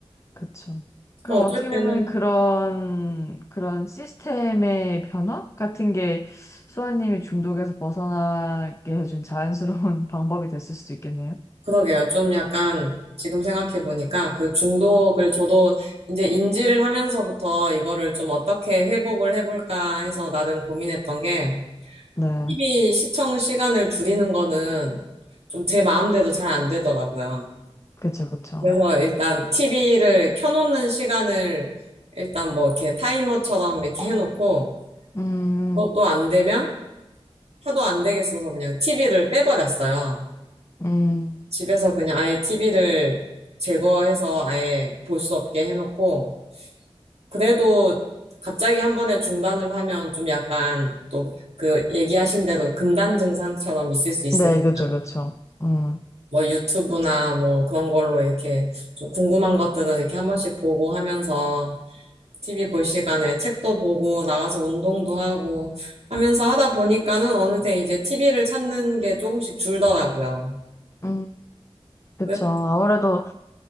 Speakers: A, on the left (about 30°); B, on the right (about 80°).
A: 그쵸. 그럼
B: 그러니까
A: 어떻게
B: 어쩔 때는
A: 보면 그런, 그런 시스템의 변화 같은 게 수아님이 중독에서 벗어나게 해준 자연스러운 <laughs> 방법이 됐을 수도 있겠네요.
B: 그러게요. 좀 약간 지금 생각해 보니까 그 중독을 저도 이제 인지를 하면서부터 이거를 좀 어떻게 회복을 해볼까 해서 나름 고민했던 게
A: 네.
B: TV 시청 시간을 줄이는 거는 좀 제 마음대로 잘 안 되더라고요.
A: 그쵸, 그쵸.
B: 그래서 일단 TV를 켜놓는 시간을 일단 뭐 이렇게 타이머처럼 이렇게 해놓고
A: 음,
B: 그것도 안 되면 하도 안 되겠어서 그냥 TV를 빼버렸어요.
A: 음.
B: 집에서 그냥 아예 TV를 제거해서 아예 볼 수 없게 해놓고 그래도 갑자기 한 번에 중단을 하면 좀 약간 또 그 얘기하신 대로 금단 증상처럼 있을 수 있으니까
A: 네, 그쵸, 그쵸. 음,
B: 뭐 유튜브나 뭐 그런 걸로 이렇게 좀 궁금한 것들은 이렇게 한 번씩 보고 하면서 TV 볼 시간에 책도 보고 나가서 운동도 하고 하면서 하다 보니까는 어느새 이제 TV를 찾는 게 조금씩 줄더라고요.
A: 음. 그쵸.
B: 그래서
A: 아무래도